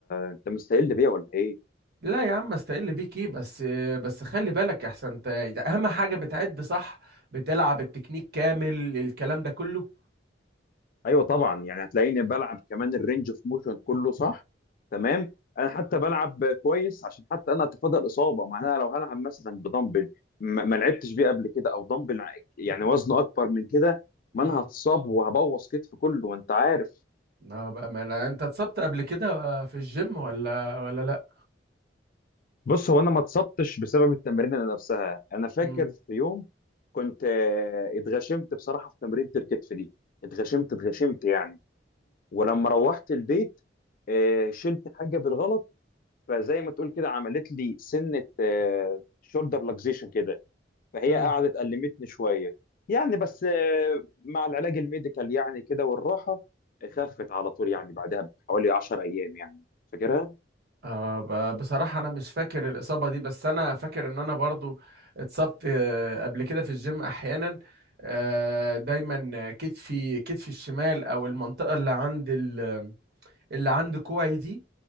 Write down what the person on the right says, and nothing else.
لا يا عم استقل بيك ايه بس آه، بس خلي بالك يا احسن انت ده اهم حاجة بتعد صح بتلعب التكنيك كامل الكلام ده كله
امم
اه بقى ما انا انت اتصبت قبل كده آه، في الجيم ولا ولا لا
امم
امم
آه ب- بصراحة أنا مش فاكر الإصابة دي بس أنا فاكر إن أنا برضو اتصبت آه، قبل كده في الجيم أحيانا آه، دايما كتفي كتفي الشمال أو المنطقة اللي عند ال- اللي عند كوعي دي